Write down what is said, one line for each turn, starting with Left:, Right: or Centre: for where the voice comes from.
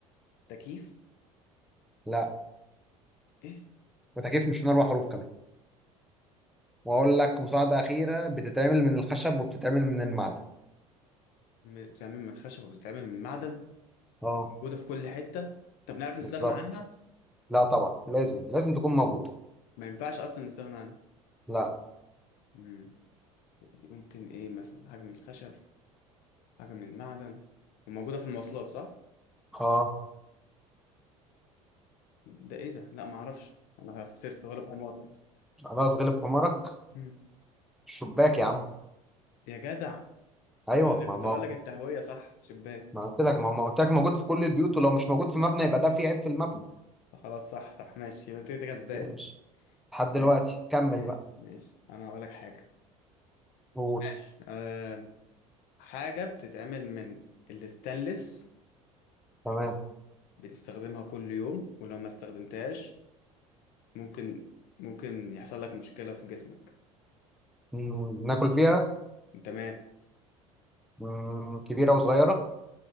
Left: تكييف
Centre: لا
Left: ايه
Centre: وتكيف مش من أربع حروف كمان وأقول لك مساعدة أخيرة بتتعمل من الخشب وبتتعمل من المعدن
Left: م- بتتعمل من خشب وبتتعمل من معدن
Centre: اه
Left: موجوده في كل حته طب نعرف نستغنى
Centre: بالظبط
Left: عنها
Centre: لا طبعا لازم لازم تكون موجودة
Left: ما ينفعش اصلا نستغنى عنها
Centre: لا
Left: امم طب دي ممكن ايه مثلا حاجه من الخشب حاجه من المعدن وموجوده في المواصلات صح
Centre: اه
Left: ده ايه ده لا ما اعرفش انا خسرت غلب حمار
Centre: خلاص غلب حمارك
Left: مم.
Centre: الشباك يا عم
Left: يا جدع
Centre: ايوه
Left: طب انا
Centre: ما
Left: كنت اقول لك التهويه صح شباك
Centre: ما قلت لك ما ما قلت لك موجود في كل البيوت ولو مش موجود في مبنى يبقى ده في عيب في المبنى
Left: خلاص صح صح ماشي يبقى انت كده كسبان
Centre: ماشي لحد
Left: ماشي
Centre: دلوقتي كمل
Left: ماشي
Centre: بقى
Left: ماشي. انا هقول لك حاجه
Centre: قول
Left: ماشي آه حاجة بتتعمل من الستانلس
Centre: تمام
Left: بنستخدمها كل يوم ولو ما استخدمتهاش ممكن ممكن يحصل لك مشكلة في جسمك
Centre: مم. ناكل فيها
Left: تمام
Centre: مم. كبيرة وصغيرة